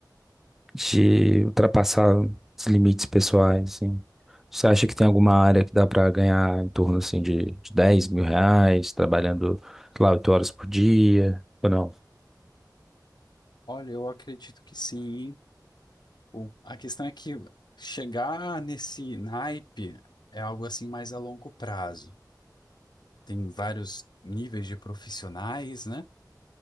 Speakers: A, in the centre; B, on the left (about 70°).
A: de ultrapassar os limites pessoais, assim. Você acha que tem alguma área que dá para ganhar em torno, assim, de, de dez mil reais, trabalhando, sei lá, 8 horas por dia, ou não?
B: Olha, eu acredito que sim. hein? O, a questão é que chegar nesse naipe é algo assim mais a longo prazo. Tem vários níveis de profissionais, né?